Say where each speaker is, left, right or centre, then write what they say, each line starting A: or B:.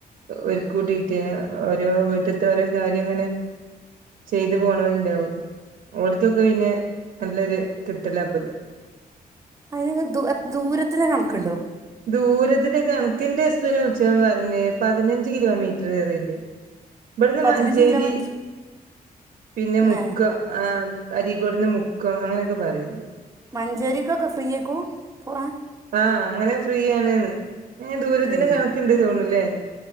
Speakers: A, on the right; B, on the right.
A: ഒരു കൂട്ടീട്ട് ഓരോ വീട്ടത്തെ ഓരോ കാ ര്യങ്ങനെ ചെയ്ത് പോണോലുണ്ടാവും ഓൾക്കൊക്കെ പിന്നെ നല്ലൊരു കിട്ടിലപ്പത്
B: അതിനോക്കെ ദൂ ആ ദൂരത്തിന് കണക്കുണ്ടോ
A: ദൂരത്തിന്റെ കണക്കിന്റെ ഹസ്ബന്റ് വിളിച്ചപ്പൊ പറഞ്ഞ് പതിനഞ്ച് കിലോമീറ്ററ് പറയിണ്ട് ഇബ്ടുന്ന്
B: പതിനഞ്ച്
A: മഞ്ചേരി
B: കിലോമീറ്റർ
A: പിന്നെ
B: എന്നേ
A: മുക്ക ആഹ് അരികോടിന്ന് മുക്കം അങ്ങനൊക്കെ പറയിണണ്ട്
B: മഞ്ചേരിക്കൊക്കെ ഫ്രീ ആക്കും പോവാ
A: ആഹ് അങ്ങനെ ഫ്രീ ആണ്ന്ന് ഏഹ് ദൂരത്തിന്
B: ഉം.
A: കണക്കിണ്ട് തോന്നൂല്ലേ